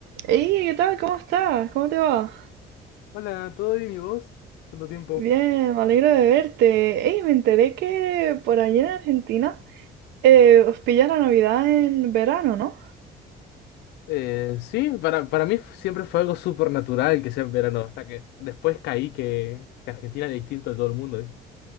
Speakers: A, on the right; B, on the left.
A: Hey, ¿qué tal? ¿Cómo estás? ¿Cómo te va?
B: Hola, ¿todo bien y vos? ¿Cuánto tiempo?
A: Bien, me alegro de verte. Hey, me enteré que por allí en Argentina eh, os pilla la Navidad en verano, ¿no?
B: Eh, sí, para, para mí siempre fue algo súper natural que sea en verano, hasta que después caí que, que Argentina era distinto de todo el mundo, ¿viste?